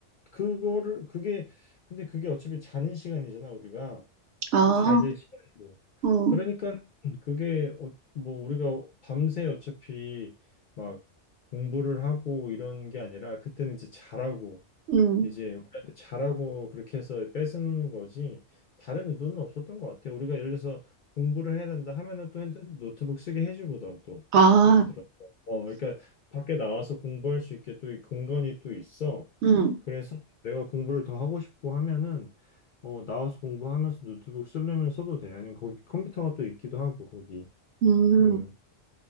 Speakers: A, on the left (about 60°); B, on the right (about 70°).
A: 그거를 그게 근데 그게 어차피 자는 시간이잖아 우리가.
B: 아,
A: 어, 잘 될 시간이고.
B: 음,
A: 그러니까 그게 어, 뭐 우리가 밤새 어차피 막 공부를 하고 이런 게 아니라 그때는 이제 잘하고
B: 음,
A: 이제 우리한테 잘하고 그렇게 해서 뺏은 거지 다른 의도는 없었던 것 같아요. 우리가 예를 들어서 공부를 해야 된다 하면은 또 핸드- 노트북 쓰게 해주고 든또
B: 아,
A: 예를 들어 어 그러니까 밖에 나와서 공부할 수 있게 또 이 공간이 또 있어.
B: 음,
A: 그래서 내가 공부를 더 하고 싶고 하면은 어, 나와서 공부하면서 노트북 쓰려면 써도 돼. 아니면 거기 컴퓨터가 또 있기도 하고, 거기
B: 음,
A: 그